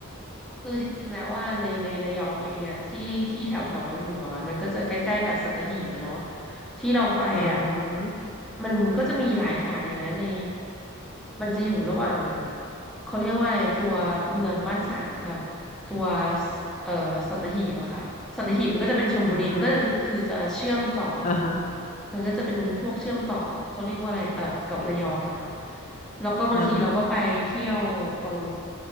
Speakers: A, in the centre; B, on the left.
A: คือจริงๆแล้วว่าในในระยองเองอ่ะที่ที่แถวแถวเราอยู่อ่ะมันก็จะใกล้ๆกับสัตหีบอะเนาะที่เราไปอ่ะ
B: อ่าฮะ
A: มันก็จะมีหลายหาดเลยนะในมันจะอยู่ระหว่างเขาเรียกว่าอะไรตัวเมืองบ้านฉางกับ ตัวสเอ่อสัตหีบอะค่ะสัตหีบมันก็จะเป็นชลบุรีมันก็จะคือจะเชื่อมต่อกับ
B: อ่าอ่าฮะ
A: มันก็จะเป็นพวกเชื่อมต่อกับเขาเรียกว่าอะไรเอ่อกับระยองอะเนาะแล้วก็บางทีเราก็ไปเที่ยวตรง
B: อ่าฮะ